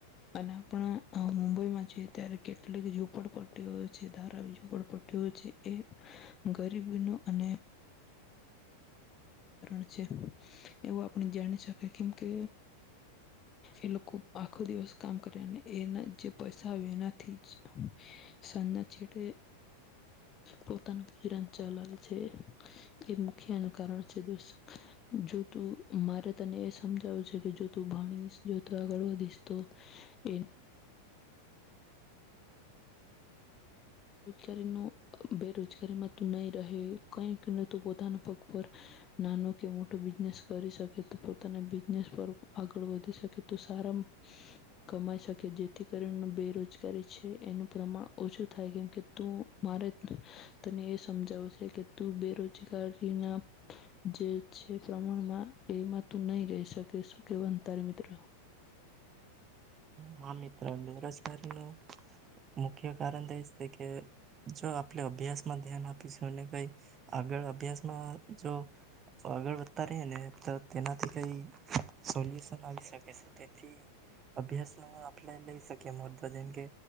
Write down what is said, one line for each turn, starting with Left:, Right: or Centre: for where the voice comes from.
Left: અને આપણા મુંબઈમાં જએ ત્યારે કેટલીક ઝુંપડપટ્ટીઓ છે ધારાવ ઝુંપડપટ્ટીઓ છે એ ગરીબીનું અને રન છે એવું આપણે જાણી શકીએ કેમ કે એ લોકો આખો દિવસ કામ કરે અને એના જે પૈસા આવે એનાથી જ સાંજના છેડે પોતાનું ગુજરાન ચલાવે છે એ મુખ્ય એનું કારણ છે દોસ્ત જો તું મારે તને એ સમજાવું છે કે જો તું ભણીશ જો તું આગળ વધીશ તો એ રોજગારી નુ બેરોજગારીમાં તું નહી રહે કઈકને તું પોતાના પગ પર નાનો કે મોટો બિઝનેસ કરી શકે તો પોતાના બિઝનેસ પર આગળ વધી શકે તો સારા કમાઈ શકે જેથી કરી બેરોજગારી છે એનું પ્રમાણ ઓછું થાય. કેમ કે તું મારે તને એ સમજાવ છે કે તું બેરોજગારી ના જે છે પ્રમાણમાં એમાં તું નહી રહી શકે. શું કેવા તારે મિત્ર?
Right: હા મિત્ર બેરોજગારી ન મુખ્ય કારણ તો એ છે કે જો આપણે અભ્યાસમાં ધ્યાન આપીશું કઈ આગળ અભ્યાસમાં જો આગળ વધતા ર ને તો તેનાથી કઈ સોલ્યુશન આવી શકે છે. તેથી અભ્યાસ નુ આપલે લય શકે મુદો જેમ કે